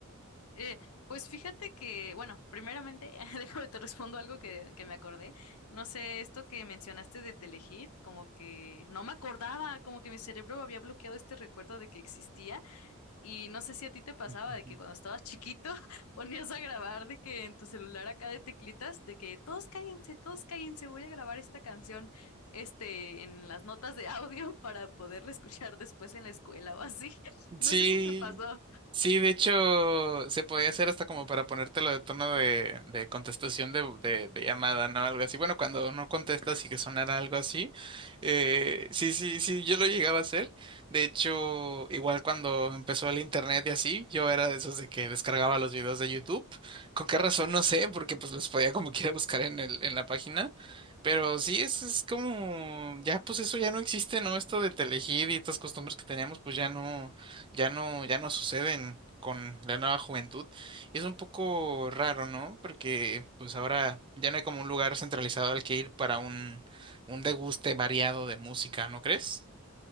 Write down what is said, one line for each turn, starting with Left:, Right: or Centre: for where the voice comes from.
Left: Eh, pues fíjate que, bueno, primeramente, <laughs> déjame te respondo algo que, que me acordé. No sé, esto que mencionaste de Telehit, como que no me acordaba, como que mi cerebro había bloqueado este recuerdo de que existía. Y no sé si a ti te pasaba
Right: <laughs>
Left: de que cuando estabas chiquito <laughs> ponías a grabar de que en tu celular acá de teclitas, de que todos cállense, todos cállense, voy a grabar esta canción, este, en las notas de audio <laughs> para poderla escuchar después en la escuela o así. <laughs> No
Right: Sí,
Left: sé si te pasó.
Right: Sí, de hecho, se podía hacer hasta como para ponértelo de tono de, de contestación de, de- de llamada, ¿no? Algo así. Bueno, cuando no contestas y que sonara algo así. Eh, sí, sí, sí, yo lo llegaba a hacer. De hecho, igual cuando empezó el internet y así, yo era de esos de que descargaba los videos de YouTube. ¿Con qué razón? No sé, porque pues los podía como quiera buscar en el, en la página. Pero sí, es, es como, ya pues eso ya no existe, ¿no? Esto de Telehit y estas costumbres que teníamos, pues ya no ya no, ya no suceden con la nueva juventud. Y es un poco raro, ¿no? Porque pues ahora ya no hay como un lugar centralizado al que ir para un, un deguste variado de música, ¿no crees?